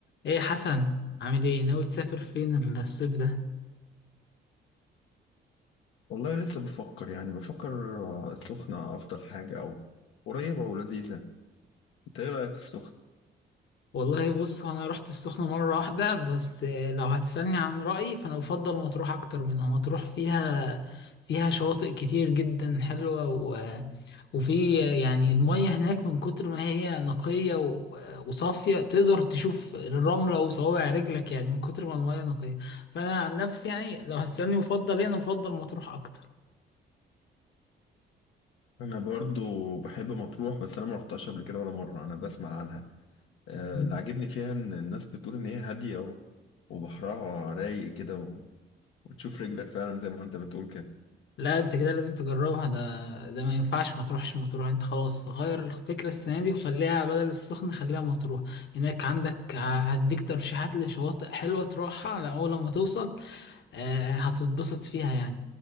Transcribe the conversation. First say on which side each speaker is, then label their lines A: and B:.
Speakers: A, on the left; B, on the left.
A: ايه يا حسن عامل ايه ناوي تسافر فين الصيف ده
B: والله لسه بفكر يعني بفكر آه، السخنة أفضل حاجة أو قريبة ولذيذة أنت إيه رأيك في السخنة؟
A: والله بص هو انا رحت السخنة مرة واحدة بس آه، لو هتسألني عن رأيي فانا بفضل مطروح اكتر منها مطروح فيها فيها شواطئ كتير جدا حلوة و... وفي آه، يعني المية هناك من كتر ما هي نقية و... وصافية تقدر تشوف الرملة وصوابع رجلك يعني من كتر ما المية نقية فانا عن نفسي يعني لو هتسألني بفضل ايه انا بفضل مطروح اكتر
B: أنا برضو بحب مطروح بس أنا ما رحتهاش قبل كده ولا مرة أنا بسمع عنها آه،
A: <laughs>
B: اللي عاجبني فيها إن الناس بتقول إن هي هادية و- وبحرها رايق كده و- وتشوف رجلك فعلا زي ما أنت بتقول كده
A: لا انت كده لازم تجربها ده ده ما ينفعش ما تروحش مطروح انت خلاص غير الفكرة السنة دي وخليها بدل السخنة خليها مطروح هناك عندك ه- هديك ترشيحات لشواطئ حلوة تروحها على اول لما توصل آه، هتتبسط فيها يعني